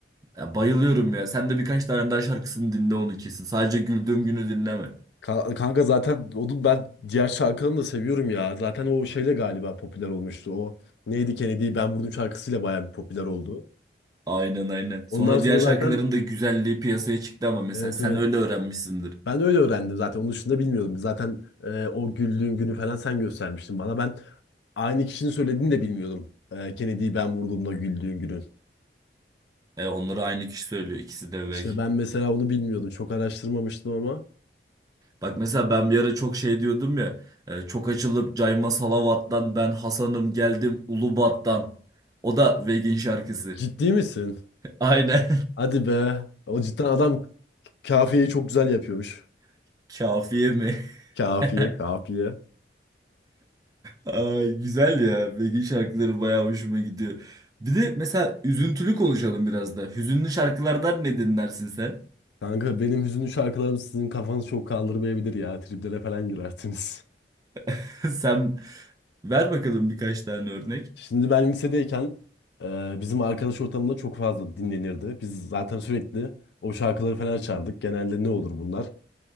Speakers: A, on the right (about 20°); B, on the left (about 75°).
A: Ya bayılıyorum ya. Sen de birkaç tane daha şarkısını dinle onu kesin. Sadece güldüğüm günü dinleme.
B: Ka- Kanka zaten onu ben diğer şarkılarını da seviyorum ya. Zaten o şeyle galiba popüler olmuştu. O neydi Kennedy'yi ben vurdum şarkısıyla bayağı bir popüler oldu.
A: Aynen aynen. Sonra
B: Ondan sonra
A: diğer şarkıların
B: zaten
A: da güzelliği piyasaya çıktı ama mesela
B: evet
A: sen
B: evet
A: öyle öğrenmişsindir.
B: ben öyle öğrendim zaten. Onun dışında bilmiyordum. Zaten e, o güldüğün günü falan sen göstermiştin bana. Ben aynı kişinin söylediğini de bilmiyordum. E, Kennedy'yi ben vurduğumda güldüğün günün.
A: E, onları aynı kişi söylüyor. İkisi de
B: İşte
A: Veg.
B: ben mesela onu bilmiyordum. Çok araştırmamıştım ama.
A: Bak mesela ben bir ara çok şey diyordum ya. e, Çok açılıp Cayma Salavat'tan ben Hasan'ım geldim Ulubat'tan. O da Vegin şarkısı.
B: Ciddi misin?
A: <laughs> Aynen.
B: Hadi be. O cidden adam kafiyeyi çok güzel yapıyormuş.
A: <laughs> Kafiye mi?
B: Kafiye,
A: <laughs>
B: kafiye.
A: Ay, güzel ya. Vegin şarkıları bayağı hoşuma gidiyor. Bir de mesela üzüntülü konuşalım biraz da. Hüzünlü şarkılardan ne dinlersin sen?
B: Kanka benim hüzünlü şarkılarım sizin kafanız çok kaldırmayabilir ya. Triplere falan girersiniz.
A: <laughs> Sen ver bakalım birkaç tane örnek.
B: Şimdi ben lisedeyken e, bizim arkadaş ortamında çok fazla dinlenirdi. Biz zaten sürekli o şarkıları falan açardık. Genelde ne olur bunlar?